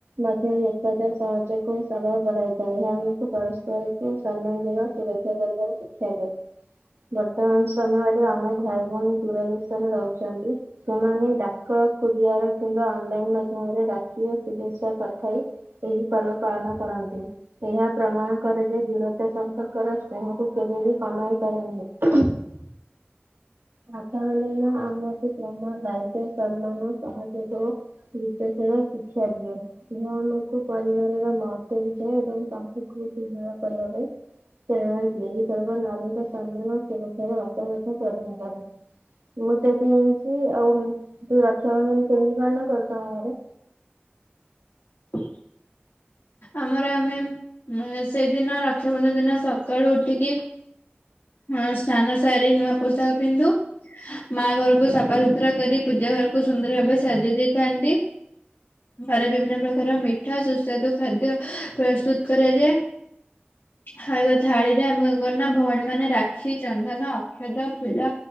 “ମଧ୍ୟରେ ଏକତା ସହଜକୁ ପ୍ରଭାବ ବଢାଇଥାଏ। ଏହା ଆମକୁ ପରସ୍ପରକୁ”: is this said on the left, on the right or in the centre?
Right